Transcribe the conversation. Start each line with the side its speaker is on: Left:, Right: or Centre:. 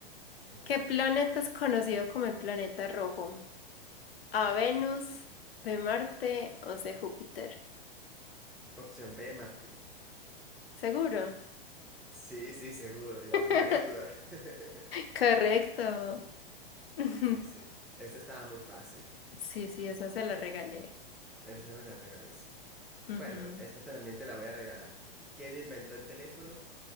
Centre: Ok.
Left: ¿Qué planeta es conocido como el planeta rojo? ¿A Venus, B Marte o C Júpiter?
Centre: Opción B, Marte.
Left: ¿Seguro?
Centre: Sí, sí, seguro, ya
Left: <laughs>
Centre: no me hagas dudar. <laughs>
Left: Correcto. <laughs>
Centre: Sí, sí. Esta estaba muy fácil.
Left: Sí, sí, esa se la regalé.
Centre: Esa me la regaló, sí.
Left: Ujú.
Centre: Bueno, esta te- también te la voy a regalar. ¿Quién inventó el teléfono?